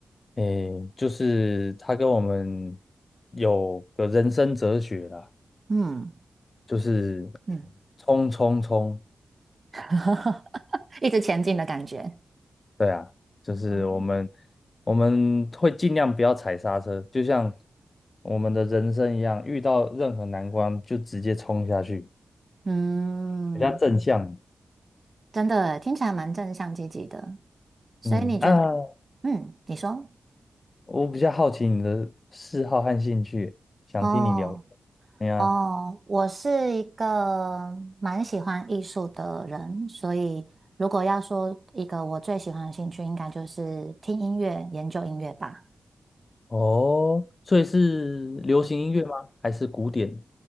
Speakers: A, on the left; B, on the right.
A: 诶，就是他跟我们有个人生哲学啦，
B: 嗯
A: 就是
B: 嗯。
A: 冲冲冲，
B: <laughs> 一直前进的感觉。
A: 对啊，就是我们
B: 哦
A: 我们会尽量不要踩刹车，就像我们的人生一样，遇到任何难关就直接冲下去，
B: 嗯，
A: 比较正向。
B: 真的听起来蛮正向积极的。所以你觉得，
A: 嗯，啊，
B: 嗯，你说，
A: 我比较好奇你的嗜好和兴趣，想听你聊。
B: 哦
A: 哎呀，
B: 哦，我是一个蛮喜欢艺术的人，所以如果要说一个我最喜欢的兴趣，应该就是听音乐、研究音乐吧。
A: 哦，所以是流行音乐吗？还是古典？